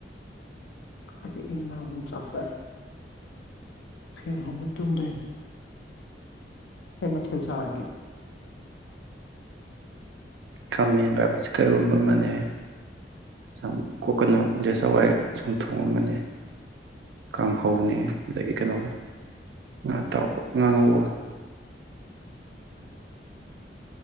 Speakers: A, on the left; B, on the right.
A: ꯀꯗꯤ ꯏꯃ ꯃꯅꯨꯡ ꯆꯥꯛ ꯆꯥꯏ ꯐꯦꯟ ꯍꯣꯡꯕ ꯇꯨꯝꯗ꯭ꯔꯤꯅꯣ ꯀꯩ ꯃꯊꯦꯜ ꯆꯥꯔꯒꯦ
B: ꯈꯥꯃꯦꯟꯦꯟꯕꯔꯣꯟꯁꯦ ꯀꯩꯔꯣꯕ ꯑꯃꯅꯦ ꯁꯨꯝ ꯀꯣꯛꯀꯅ ꯑꯦ ꯍꯋꯥꯏ ꯁꯨꯝ ꯊꯣꯡ ꯑꯃꯅꯦ ꯀꯥꯡꯍꯧꯅꯦ ꯑꯗꯒꯤ ꯀꯩꯅꯣꯒ ꯉꯥ ꯑꯇꯥꯎꯕ ꯉꯥꯡꯍꯧꯕꯒ